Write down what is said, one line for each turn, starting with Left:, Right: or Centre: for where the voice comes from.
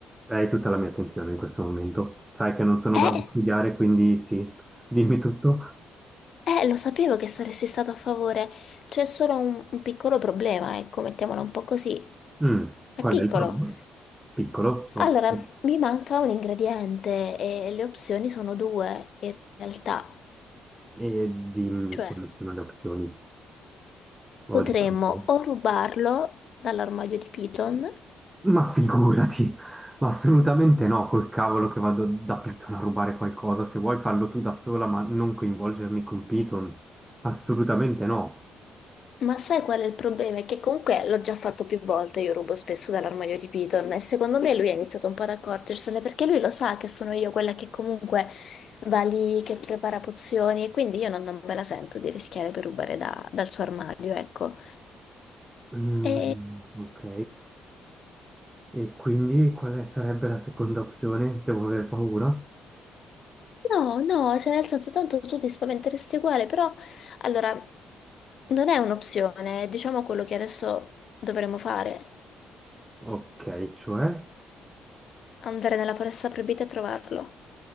Right: Hai tutta la mia attenzione in questo momento. Sai che non sono
Left: Eh?
Right: bravo a studiare, quindi sì, dimmi tutto.
Left: Eh, lo sapevo che saresti stato a favore. C'è solo un, un piccolo problema, ecco, mettiamolo un po' così.
Right: Mm,
Left: Ma
Right: qual
Left: è piccolo.
Right: è il problema? Piccolo? Ok.
Left: Allora, mi manca un ingrediente e le opzioni sono due, in realtà.
Right: E dimmi
Left: Cioè,
Right: quali sono le opzioni. Ho
Left: potremmo
Right: già capito.
Left: o rubarlo dall'armadio di Python
Right: Ma figurati, ma assolutamente no, col cavolo che vado da Python a rubare qualcosa. Se vuoi farlo tu da sola, ma non coinvolgermi con Python. Assolutamente no.
Left: Ma sai qual è il problema? È che comunque l'ho già fatto più volte, io rubo spesso dall'armadio di Piton e secondo me lui ha iniziato un po' ad accorgersene perché lui lo sa che sono io quella che comunque va lì, che prepara pozioni e quindi io non, non me la sento di rischiare per rubare da- dal suo armadio, ecco.
Right: Mm,
Left: E...
Right: ok, e quindi quale sarebbe la seconda opzione? Devo aver paura?
Left: No, no, cioè nel senso tanto tu ti spaventeresti uguale, però allora non è un'opzione, è, diciamo quello che adesso dovremmo fare,
Right: Ok, cioè?
Left: andare nella foresta proibita e trovarlo.